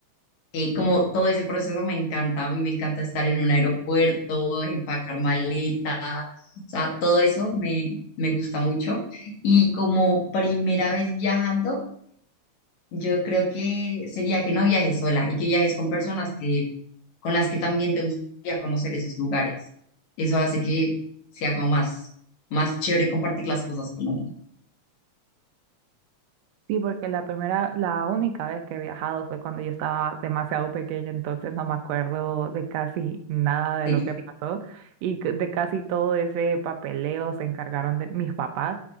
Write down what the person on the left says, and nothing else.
y como todo ese proceso me encanta, a mí me encanta estar en un aeropuerto, empacar maleta, o sea, todo eso me, me gusta mucho. Y como primera vez viajando, yo creo que sería que no viajes sola y que viajes con personas que, con las que también te gustaría conocer esos lugares. Eso hace que sea como más, más chévere compartir las cosas con alguien.
Sí,